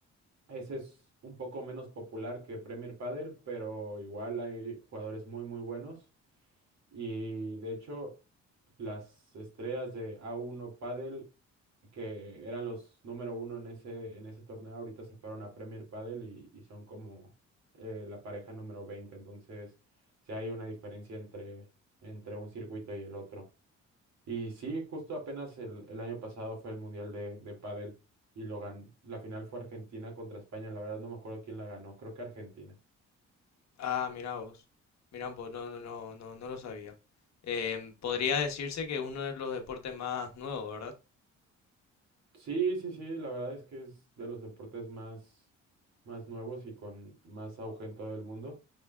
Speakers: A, on the right; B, on the left.
A: Ese es un poco menos popular que Premier Pádel, pero igual hay jugadores muy muy buenos. Y de hecho, las estrellas de a uno Padel, que eran los número uno en ese, en ese torneo, ahorita se fueron a Premier Padel y, y son como eh, la pareja número veinte Entonces, sí hay una diferencia entre, entre un circuito y el otro. Y sí, justo apenas el, el año pasado fue el Mundial de, de Padel y lo gan- la final fue Argentina contra España. La verdad no me acuerdo quién la ganó, creo que Argentina.
B: Ah, mira vos. Mira vos, no, no, no, no, no lo sabía. Em, podría decirse que es uno de los deportes más nuevos, ¿verdad?
A: Sí, sí, sí, la verdad es que es de los deportes más, más nuevos y con más auge en todo el mundo.